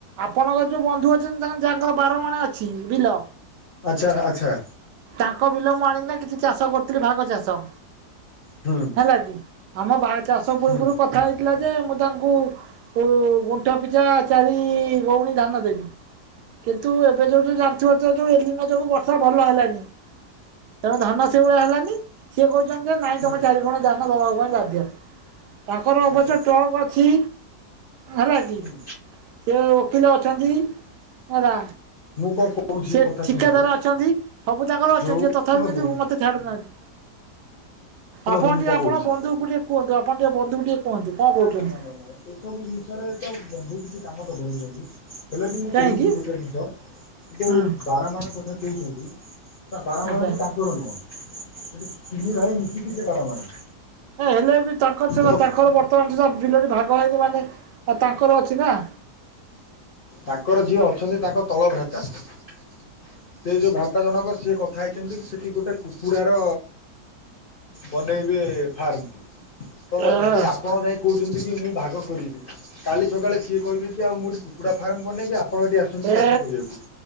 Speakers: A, on the right; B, on the left.
A: ଆପଣଙ୍କ ଯୋଉ ବନ୍ଧୁ ଅଛନ୍ତି ତାଙ୍କ ଯାଙ୍କର ବାର ମାଣ ଅଛି ବିଲ
B: ଆଚ୍ଛା ଆଛା।
A: ତାଙ୍କ ବିଲ ମୁଁ ଆଣିକିନା କିଛି ଚାଷ କରୁଥିଲି ଭାଗ ଚାଷ।
B: ହୁଁ।
A: ହେଲାକି ଆମ ବାହା ଚାଷ ପୂର୍ବରୁ
B: ହୁଁ
A: କ କଥା ହେଇଥିଲା ଯେ ମୁଁ ତାଙ୍କୁ ଉ ଗୁଣ୍ଠ ପିଛା ଚାରି <inaudible> ଗଉଣୀ ଧାନ ଦେବି କିନ୍ତୁ ଏବେ ଯୋଉଠି ଜା ଥିବ ଥିବ ଯୋଉ ଏ ଦିନ ଯୋଗୁ ବର୍ଷା ଭଲ ହେଲାନି। ତେଣୁ ଧାନ ସେଇଭଳିଆ ହେଲାନି ସିଏ କହୁଛନ୍ତି ଯେ ନାଇଁ
B: ହୁଁ
A: ତମେ ଚାରିଗଉଣି ଧାନ ଦବାକୁ ପାଇଁ ବାଧ୍ୟ। ତାଙ୍କର ଅବଶ୍ୟ
B: ଆଚ୍ଛା
A: ଟ୍ରକ୍ ଅଛି ହେଲା କିି
B: ହୁଁ
A: ସେ ଓକିଲ ଅଛନ୍ତି ହେଲା
B: ମୁଁ କଣ କହୁଛି
A: ସେ
B: କଥା
A: ଠିକାଦାର
B: ଶୁଣନ୍ତୁ
A: ଅଛନ୍ତି ସବୁ ତାଙ୍କର
B: ଯୋଉ
A: ଅଛନ୍ତି ସେ ତଥାପି
B: ଶୁଣନ୍ତୁ
A: କିନ୍ତୁ ମୋତେ ଛାଡୁନାହାନ୍ତି
B: ଶୁଣନ୍ତୁ
A: ଆପଣ
B: ମୁଁ
A: ଟିକେ
B: କଣ
A: ଆପଣ
B: କହୁଛି
A: ବନ୍ଧୁକୁ ଟିକେ କୁହନ୍ତୁ ଆପଣ ଟିକେ ବନ୍ଧୁ ଟିକେ କୁହନ୍ତୁ କଣ
B: ନା
A: କହୁଛନ୍ତି?
B: ନା ନା ନା ଏସବୁ ଜିନିଷରେ ତ ବନ୍ଧୁ କିଛି କାମ ଦବନି। ହେଲେ ବି ମୁଁ
A: କାହିଁକି
B: କହୁଚି ଗୋଟେ ଜିନଷ ଯୋଉ
A: ହଁ
B: ବାର ମାଣ କଥା କହୁଚନ୍ତି ସେଟା ବାରମାଣଟି
A: ଆଚ୍ଛା
B: ତାଙ୍କର ନୁହଁ ସେଠି ତିନି ଭାଇ ମିଶିକି ସେ ବାରମାଣ।
A: ଏ ହେଲେ ବି ତାଙ୍କର ସିନା
B: ତ
A: ତାଙ୍କର ବର୍ତ ମାନ ସୁଧା ବିଲଟି ଭାଗ ହେଇନି ମାନେ ତାଙ୍କର ଅଛି ନା।
B: ତାଙ୍କର ଯିଏ ଅଛନ୍ତି ତାଙ୍କ ତଳ ଭ୍ରାତା ସେ ଯୋଉ ଭ୍ରା <inaudible> ଜନକ ସିଏ କଥା ହେଇଚନ୍ତି କି ସେଠି ଗୋଟେ କୁକୁଡାର ବନେଇବେ ଫାର୍ମ ଟି। ତ
A: ହଁ
B: ଯଦି ଆପଣ ଯାଇଁ କହୁଚନ୍ତି କି ମୁଁ ଭାଗ କରିବି କାଲି ସକାଳେ ସିଏ କହିବେ କି ଆଉ ମୁଁ ଏଠି କୁ କୁକୁଡ଼ା ଫାର୍ମ ବନେଇବି ବି ଆପଣ ଏଠି ଆସୁଛନ୍ତି
A: ଏ
B: ଚାଷ କରିବାକୁ